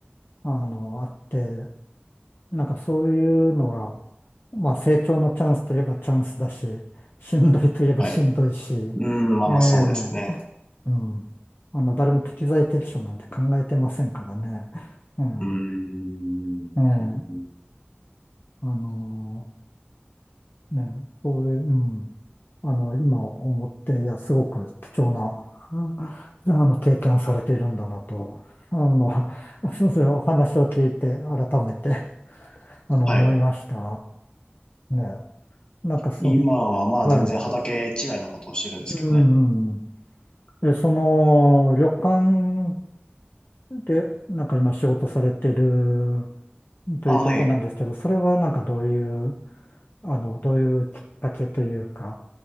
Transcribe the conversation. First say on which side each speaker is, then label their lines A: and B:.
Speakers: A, on the left; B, on the left.
A: あの、あって、なんかそういうのが、まあ成長のチャンスといえばチャンスだし、しんどいといえばしんどいし、
B: はい。
A: ええ、
B: うーん、まあまあそうですね。
A: うん。あの、誰も適材適所なんて考えてませんからね。うん、
B: うーん。
A: ええ、
B: うんうん
A: あの、ね、そういう、うん。あの、今思って、いや、すごく貴重な、うんあの、経験をされているんだなと、あの、<laughs> そうそう、お話を聞いて、改めて。あの、
B: はい。
A: 思いました。ね。なんかそ、
B: 今はまあ全然畑違いなことをしてるんですけどね。
A: はい。うんうん。で、その、旅館で、なんか今仕事されてるというところなんですけど、
B: あ、はい。
A: それはなんかどういう、あの、どういうきっかけというか、